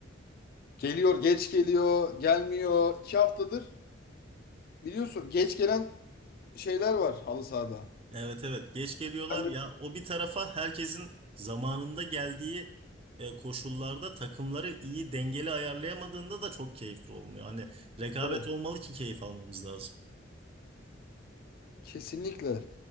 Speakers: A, on the left (about 50°); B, on the right (about 30°).
A: geliyor, geç geliyor, gelmiyor. İki haftadır biliyorsun geç gelen şeyler var halı sahada.
B: Evet evet geç geliyorlar
A: Ben
B: ya
A: de-
B: o bir tarafa herkesin zamanında geldiği e, koşullarda takımları iyi dengeli ayarlayamadığında da çok keyifli olmuyor. Hani rekabet
A: Tabii.
B: olmalı ki keyif almamız lazım.
A: Kesinlikle.